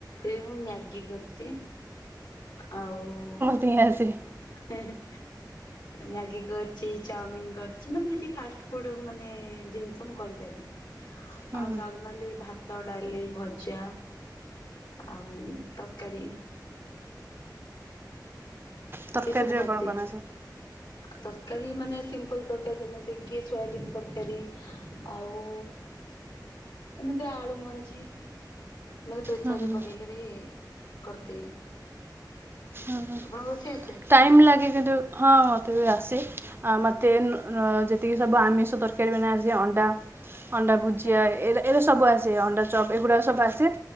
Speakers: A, on the left (about 75°); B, on the right (about 30°).
A: ଏ ମୁଁ ମ୍ୟାଗି କରଛି। ଆଉ
B: <unintelligible> ସେହି।
A: ହେ ହେ। ମ୍ୟାଗି କରିଛି। ଚାଉମିିନ କରିଛି। ମାନେ ଏଇଠି ଫାଷ୍ଟ ଫୁଡ ମାନେ ଜିନିଷ ମୁଁ କରିପାରେ।
B: ହୁଁ
A: ଆଉ ନର୍ମାଲି ଭାତ୍ ତ, ଡାଲି, ଭଜା ଆଉ ତରକାରୀ
B: ତରକାରୀରେ
A: ଏସବୁ କରଦିଏ।
B: କଣ କଣ ଆସେ?
A: ତରକାରୀ ମାନେ ସିମ୍ପଲ୍ ତରକାରୀ ଯେମିତିକି ସୋୟାବିିନ ତରକାରୀ। ଆଉ ଏମିତି ଆଳୁ ମଞ୍ଜି ମାନେ ପ୍ରେସରରେ
B: ହୁଁ
A: ପକେଇକିରି କରଦିଏ।
B: ହଁ ହଁ
A: ଆପଣଙ୍କୁ ରୋଷେଇ ଆସେ?
B: ଟାଇମ୍ ଲାଗେ କିନ୍ତୁ ହଁ ହଁ ମୋତେ ବି ଆସେ। ଅ ମତେ ଯେତିକି ସବୁ ଆମିଷ ତରକାରୀ ମାନେ ଆସେ ଅଣ୍ଡା ଅଣ୍ଡା ଭୁଜିଆ
A: ହଁ ହଁ
B: ଏଇଟା ଏଇଟା ସବୁ ଆସେ। ଅଣ୍ଡା ଚପ୍ ଏଗୁଡାକ ସବୁ ଆସେ।